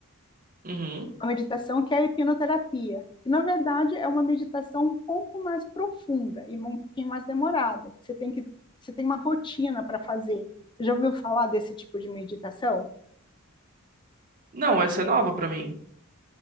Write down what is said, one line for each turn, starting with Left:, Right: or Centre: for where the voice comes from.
Right: Uhum.
Left: a meditação que é a hipnoterapia, que na verdade é uma meditação um pouco mais profunda e um pouquinho mais demorada, porque você tem que você tem uma rotina para fazer. Você já ouviu falar desse tipo de meditação?
Right: Não, essa é nova pra mim.